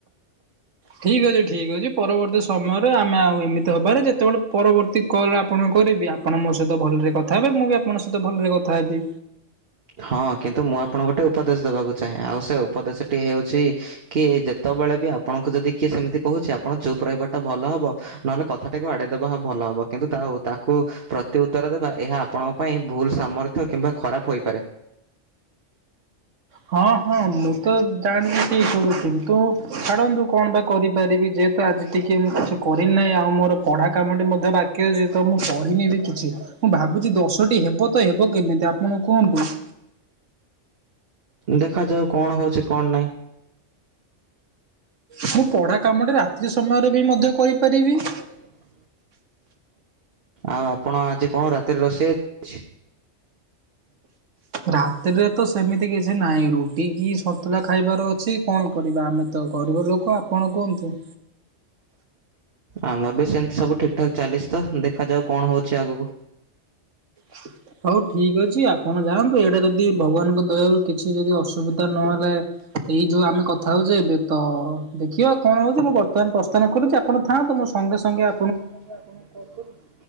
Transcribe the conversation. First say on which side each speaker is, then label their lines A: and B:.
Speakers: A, on the right (about 80°); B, on the right (about 55°).
A: ଠିକ ଅଛି ଠିକ୍ ଅଛି ପରବର୍ତ୍ତୀ ସମୟରେ ଆମେ ଆଉ ଏମିତି ହବାରେ ଯେତେବେଳେ ପରବର୍ତ୍ତୀ କଲ୍ ଆପଣ କରିବି ଆପଣ ମୋ ସହିତ ଭଲରେ କଥା ହେବେ ମୁଁ ବି ଆପଣଙ୍କ ସହିତ ଭଲରେ କଥା ହେବି।
B: ହଁ କିନ୍ତୁ ମୁଁ ଆପଣଙ୍କୁ ଗୋଟେ ଉପଦେଶ ଦବାକୁ ଚାହେଁ ଆଉ ସେ ଉପଦେଶଟି ହେଉଛି କି ଯେତେବେଳେ ବି ଆପଣଙ୍କୁ ଯଦି କିଏ ସେମିତି କହୁଛି ଆପଣ ଚୁପ୍ ରହିବାଟା ଭଲ ହବ ନହେଲେ କଥାଟାକୁ ଆଡେଇ ଦେବା ଭଲ ହବ କିନ୍ତୁ ତା ତାକୁ ପ୍ରତି ଉତ୍ତର ଦେବା ଏହା ଆପଣଙ୍କ ପାଇଁ ଭୁଲ୍ ସାମର୍ଥ୍ୟ କିମ୍ବା ଖରାପ ହୋଇପାରେ।
A: ହଁ ହଁ ମୁଁ ତ ଜାଣିଛି ସବୁ କିନ୍ତୁ ଛାଡ଼ନ୍ତୁ କଣ ବା କରିପାରିବି ଯେହେ ତ ଆଜି ଟିକେ ମୁଁ କିଛି କରିନି ନାହିଁ ଆଉ ମୋର ପଢ଼ା କାମଟି ମଧ୍ୟ ବା କି ମୁଁ ପଢିନି ବି କିଛି ମୁଁ ଭାବୁଛି ଦଶଟି ହେବ ତ ହେବ କେମିତି ଆପଣ କୁହନ୍ତୁ।
B: ଦେଖାଯାଉ କଣ ହଉଛି କଣ ନାହିଁ।
A: ମୁଁ ପଢ଼ା କାମଟି ରାତ୍ରି ସମୟରେ ବି ମଧ୍ୟ କରିପାରିବି।
B: ପାରିବି। ଆଉ ଆପଣ ଆଜି କଣ ରାତିରେ ରୋଷେଇ ହେଇଛି?
A: ରାତିରେ ତ ସେମିତି କିଛି ନାହିଁ ରୁଟି କି ସନ୍ତୁଲା ଖାଇବାର ଅଛି। କଣ କରିବା ଆମେ ତ ଗରିବ ଲୋକ ଆପଣ କୁହନ୍ତୁ?
B: ଆମର ବି ସେମିତି ସବୁ ଠିକ୍ ଠାକ୍ ଚାଲିଛି ତ ଦେଖାଯାଉ କଣ ହଉଛି ଆଗକୁ।
A: <inaudible> ହଉ ଠିକ୍ ଅଛି ଆପଣ ଯାଆନ୍ତୁ ଏଇଟା ଯଦି ଭଗବାନଙ୍କ ଦୟାରୁ କିଛି ଯଦି ଅସୁବିଧା ନହେଲେ ଏଇ ଯୋଉ ଆମେ କ କଥାହଉଛି ଏବେ ତ ଦେଖିବା ଆଉ କଣ ହଉଛି ମୁଁ ବର୍ତ୍ତମାନ ପ୍ରସ୍ଥାନ କରୁଛି ଆପଣ ଥାଆନ୍ତୁ ମୁଁ ସଙ୍ଗେ ସଙ୍ଗେ ଆ
B: ସଙ୍ଗେ ସଙ୍ଗେ ଆପଣଙ୍କୁ କଲ୍ କରୁଛି।